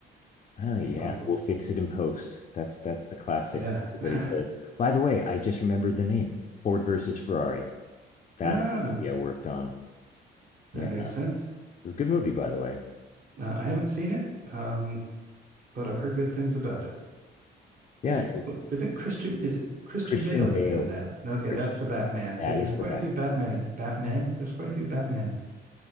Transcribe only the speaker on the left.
Oh yeah,
we'll fix it in post. That's that's the classic.
Everybody
says. By the way, I just remembered the name. Ford versus Ferrari. That's
the movie I worked on.
Yeah,
it
was a good movie, by the way.
Yeah,
it-
Christian
Bale.
Christian,
that
is
the Batman.
<laughs>